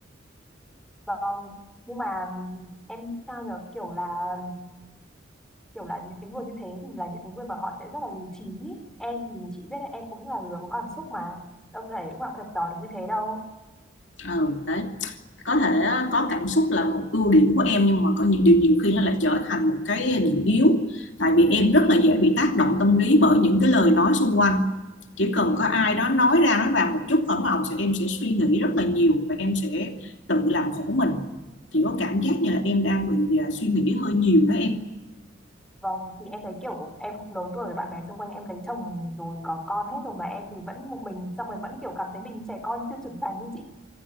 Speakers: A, in the centre; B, on the left.
A: <laughs> vâng nhưng mà em nghĩ sao nhở kiểu là kiểu là những cái người như thế thì là những cái người mà họ sẽ rất là lý trí em thì chị biết đấy em cũng là người có cảm xúc mà đâu thể lúc nào cũng rạch ròi được như thế đâu
B: Ừ, đấy. có thể có cảm xúc là một ưu điểm của em nhưng mà có những điều nhiều khi nó lại trở thành một cái điểm yếu tại vì em rất là dễ bị tác động tâm lý bởi những cái lời nói xung quanh chỉ cần có ai đó nói ra nói vào một chút ổng ổng sẽ em sẽ suy nghĩ rất là nhiều và em sẽ tự làm khổ mình chỉ có cảm giác như là em đang bị à, suy nghĩ hơi nhiều đó em
A: vâng thì em thấy kiểu em cũng lớn tuổi rồi bạn bè xung quanh em lấy chồng rồi có con hết rồi mà em thì vẫn một mình xong rồi vẫn kiểu cảm thấy mình trẻ con chưa trưởng thành như chị